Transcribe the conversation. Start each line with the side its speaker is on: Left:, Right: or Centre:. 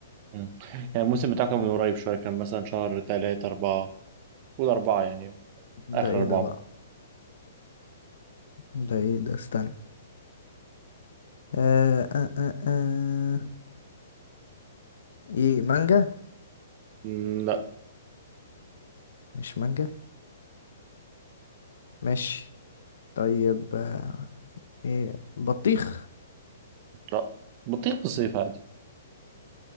Right: مم. يعني الموسم بتاعه كان من قريب شوية كان مثلا شهر تلاتة أربعة قول أربعة يعني
Left: ده
Right: آخر
Left: ايه
Right: أربعة
Left: ده بقى ده ايه ده استنى آه آه آه آه. ايه مانجا
Right: مم، لا
Left: مش مانجا ماشي طيب آه ايه بطيخ
Right: لا بطيخ في الصيف عادي